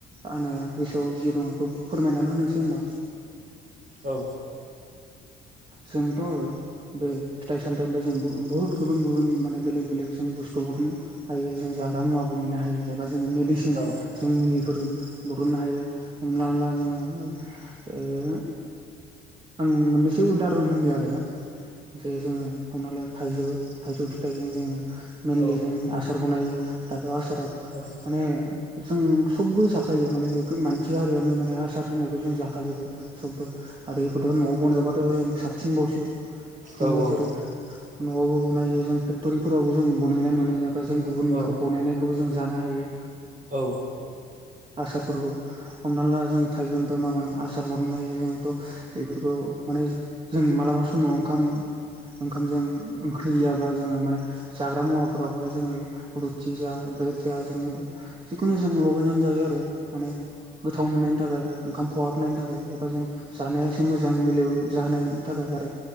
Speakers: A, on the right (about 30°); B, on the right (about 50°).
A: आङो गोसोआव जि दं बेखौ फोरमायनानै होनोसै होनबा।
B: औ।
A: जोंथ' बे फिथाइ -सामथाइनिफ्राय जों बुहुत गुबुन गुबुन माने बेलेग बेलेग जों बुस्थुफोरनो <unintelligible> हायो जों जाग्रा मुवा बानायनो हायो एबा जों
B: औ
A: <unintelligible> <unintelligible> जों मुलिफोर बरननो हायो हमनाला जोङो <unintelligible> आं मोननैसो उदाहरन होनो आरो जे जोङो हमना ला थाइजौ थाइजौ फिथाइजों जोङो मेनलि
B: औ
A: जो आसार बनायो दाथ' आसारा।
B: औ।
A: माने जों सबबो जाखायो माने मानसि हारियनो माने आसार होनायखौ जों जाखाजोबो सबबो आरोखौथ' न'आव बनायबाथ' जों साबसिनबावसो जोंङो
B: औ
A: जेरै न'आवबो बनायो जों फेक्ट'रिफोरावबो जों बनायनाय मोनो एबा जों गुबुननिखौ
B: औ
A: बानायनाय खौबो जों जानो हायो
B: औ
A: आसारफोरखौ हमना ला जों थाइगौ मोनफ्राय माबानो आसार मोनरनो हायो जोथ' बेफोरखौ माने जों मालाबा समाव ओंखाम ओंखामजों ओंख्रि गैयाबा जोंङो माने जाग्रा मुवाफोरावहाय जोंङो रुथि जा ब्रेड जा जोंङो जिखुनु जों लगायनानै जायो आरो माने गोथाव मोननायनि थाखाय ओंखाम खहाबनायनि थाखाय एबा जों जानाय मोजां मिलु जाहायनि थाखाय आरो